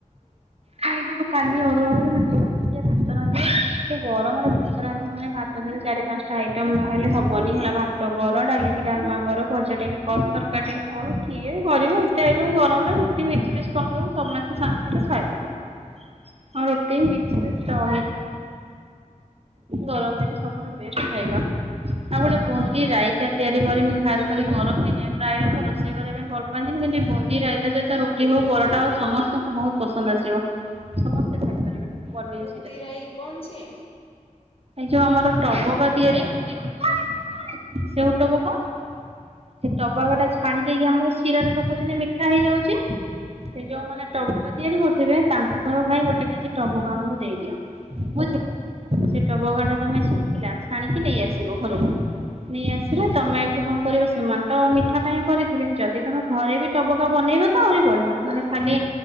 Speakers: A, on the right; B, on the left.
A: ଖାଇଥିଲୁ କାଲି ଅରୁଆ ବୋଲି ସିଏ ଭାତ ରାନ୍ଧିବେ ସେ ଏ ଗରମରେ ଭାତ ରାନ୍ଧି ମାନେ ଭାତ ସହିତ ଚାରି ପାଞ୍ଚଟା ଆଇଟମ ନହେଲେ ହବନି ହେଲା ଭାତ ତ କର ଡାଲିକି ଡାଲମା କର ଭଜା ଟିକେ କର ତରକାରୀ ଟିକେ କର କିଏ କରିବ ଏତେ ଗରମରେ ରୁଟି ମିକ୍ସ ଫିକ୍ସ କରିଦବୁ ସମସ୍ତେ ଶାନ୍ତି ରେ ଖାଇଦବେ। ହଁ ରୁଟି ମିକ୍ସ ଫିକ୍ସ ଦହି ଗରମ ଦିନେ ସବୁଠୁ ବେଷ୍ଟ ଖାଇବା। ଆଉ ଗୋଟେ ବୁନ୍ଦୀ ରାଇତା ତିଆରି କରିବି। ଖାସ କରି ଗରମ ଦିନେ ପ୍ରାୟ ଲୋକ ରୋଷେଇ କରିବା ପାଇଁ ଭଲ ପାଆନ୍ତିନି କିନ୍ତୁ ବୁନ୍ଦି ରାଇତା ସହିତା ରୁଟି ହଉ ପରଟା ହଉ ସମସ୍ତଙ୍କୁ ବହୁତ ପସନ୍ଦ ଆସିବ ସମସ୍ତେ ଖାଇପାରିବେ। ବନେଇବି
B: ବୁନ୍ଦିରାଇ କଣ ସିଏ?
A: ଏ ଯୋଉ ଆମର ଟବକା ତିଆରି ହଉନି। ସେଉ ଟବ କଣ? ସେ ଟବକ ଟା ଛାଣି ଦେଇକି ଆମର ଶିରାରେ ପକଉଛନ୍ତି ମିଠା ହେଇଯାଉଛି। ସେ ଯୋଉ ମାନେ ଟବକା ତିଆରି କରୁଥିବେ ତାଙ୍କୁ କହିବ ଭାଇ ଗୋଟେ କେଜି ଟବକା ଆମକୁ ଦେଇଦିଅ। ବୁଝିଲ ସେ ଟବକା ଟା ତମେ ଶୁଖିଲା ଛାଣିକି ନେଇ ଆସିବ ଘରକୁ। ନେଇଆସିଲେ ତମେ ଏଠି କଣ କରିବ ସେମାନେ ତ ମିଠା ପାଇଁ କରିଥିବେ ଯଦି ତମେ ଘରେ ବି ଟବକା ବନେଇବ ତ ଆହୁରି ବଢିଆ ମାନେ ଖାଲି